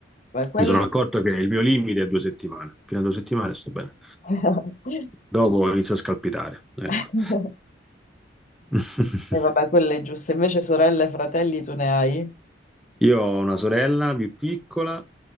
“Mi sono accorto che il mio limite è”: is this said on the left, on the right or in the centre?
Centre